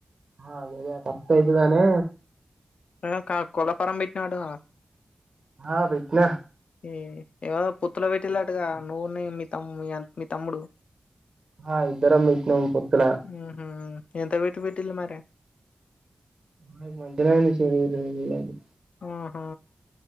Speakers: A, on the right; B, on the left.
A: ఆ అది కప్తాతుదనేే
B: ఆ క కోళ్ల ఫారం పెట్టినావుటగ
A: ఆ పెట్నా
B: ఏ ఏవోల పొత్తుల పెట్టిళ్లట్టగా నువ్వు నీ మీ తమ్ మీ తమ్ముడు
A: ఆ ఇద్దరం పెట్టినాం పొత్తుల
B: హ్మ్ హు ఎంత వీటి పెట్టిల్లు మరి
A: మకు మంచి సెరి ఇరవై వేలు అయింది
B: ఆహ